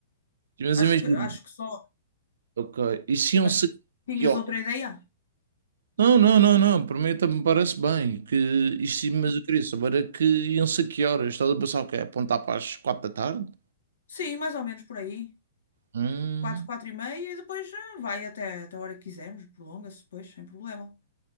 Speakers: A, on the right (about 60°); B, on the left (about 65°).
A: Mas
B: acho
A: imagina,
B: que acho que só.
A: ok, E se um
B: Mas
A: se
B: tinhas
A: que horas?
B: outra ideia?
A: Não, não, não, não, para mim também me parece bem, que isto, mas eu queria saber é que iam ser que horas? Estás a pensar o quê? Apontar para as quatro da tarde?
B: Sim, mais ou menos por aí.
A: Hum,
B: quatro, quatro e meia e depois ah, vai até, até a hora que quisermos, prolonga-se depois, sem problema.